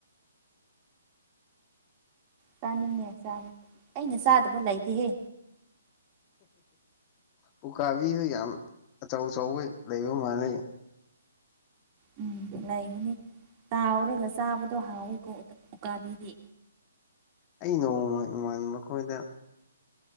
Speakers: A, on the right; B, on the left.
A: ꯆꯥꯅꯤꯡꯉꯦ ꯆꯥꯕ ꯑꯩꯅ ꯆꯥꯗꯕ ꯂꯩꯇꯦꯍꯦ
B: ꯄꯨꯀꯥꯕꯤꯁꯨ ꯌꯥꯝ ꯑꯆꯧ ꯑꯆꯧꯕ ꯂꯩꯕ ꯃꯥꯂꯦ
A: ꯎꯝ ꯂꯩꯒꯅꯤ ꯇꯥꯎꯔꯒ ꯆꯥꯕꯗꯣ ꯍꯥꯎꯋꯤꯀꯣ ꯎꯀꯥꯕꯤꯗꯤ
B: ꯑꯩ ꯅꯣꯡꯃ ꯏꯃꯥꯟ ꯃꯈꯣꯏꯗ